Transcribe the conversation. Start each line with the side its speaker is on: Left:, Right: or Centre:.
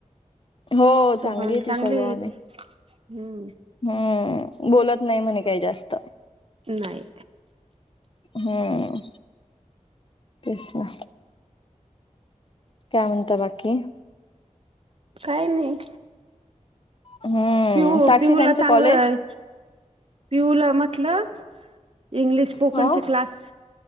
Left: हो
Right: सुभाण
Left: आहे ती
Right: चांगली
Left: स्वभावाने
Right: येती हम्म.
Left: हम्म बोलत नाही म्हणे काही जास्त.
Right: नाही.
Left: हम्म्म्म तेच ना काय म्हणता बाकी?
Right: काय नाही
Left: हम्म
Right: पिऊू
Left: साक्षी
Right: पिऊू
Left: त्यांचं
Right: ला चांगलं
Left: कॉलेज
Right: पिऊ ला म्हटलं इंग्लिश स्पोकणचे
Left: ह
Right: क्लास